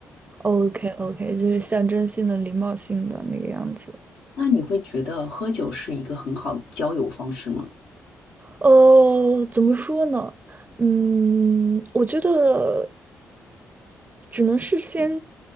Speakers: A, on the right (about 25°); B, on the left (about 70°).
A: ？OK OK，就是象征性的、礼貌性的那个样子。
B: 那你会觉得喝酒是一个很好的交友方式吗？
A: 呃，怎么说呢？嗯，我觉得只能是先